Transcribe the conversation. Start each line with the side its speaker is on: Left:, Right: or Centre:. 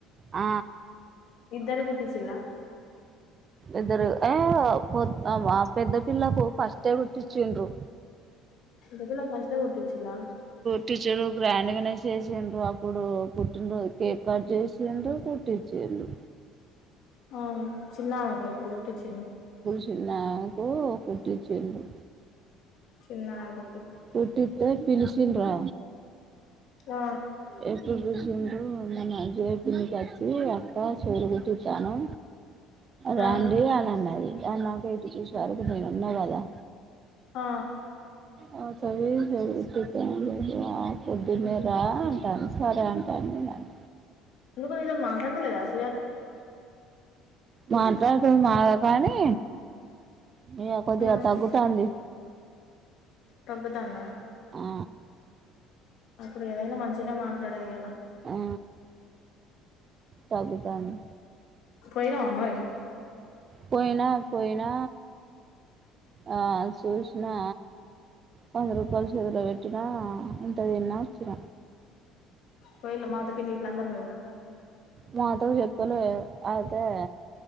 Right: ఆ
Left: ఇద్దరూ కుట్టిచ్చిల్ల
Right: ఇద్దరు ఎ అ పొ అ పెద్ద పిల్లకు ఫస్టే కుట్టిచుండ్రు
Left: అందుకనే ఫస్ ఎట్ట కుట్టిచ్చిలా
Right: టీచర్ గ్రాండ్ గానే చేసిండ్రు అప్పుడు పుట్టినరోజు కేక్ కట్ చేసిండ్రు కుట్టిచ్చిర్రు టీచర్లు
Left: ఆ చిన్నామెగా ఇప్పుడు పుట్ కుట్టించింది
Right: చిన్నామెకు కుట్టించిండ్రు
Left: చిన్నఆగు
Right: కుట్టితే పిల్స్ ఇచ్చిండ్రా
Left: ఆ
Right: ఎప్పుడు చూచిండ్రు మన జ్యోతినిబట్టి అత్తా చెవులు కుట్టితాను. రండి
Left: ఆ
Right: అని అన్నది ఏన్నా పే చూసి ఆ రోజు నేను ఉన్న కదా
Left: ఆ
Right: హాం అ సవి సవి స పోలేదు ఆ పొద్దున్నే రా అన్టాంది సరే అంటే అండి నేన్
Left: ఎందుకో నీతో మాట్లాడతలేద అస్
Right: మాట్లాడత్ తూ మాగా కానీ మీయ్య
Left: ఆంటీ
Right: కొద్దిగా తగ్గుతంది
Left: తగ్గుతాందా
Right: ఆ
Left: అప్పుడు ఏదైనా మంచినే మాట్లాడేది కదా
Right: ఆ తగ్గుతాంది.
Left: పోయిరావా మరి
Right: పోయినా పోయినా ఆ చూసినా కొంద్రు గొలుసులిగా పెట్టినా ఇంతతిన్నా వచ్చిన
Left: పోయిలా మాతో పిన్ని ఈట్లా అందరు పోయిల
Right: మాతో చెప్పలే అదే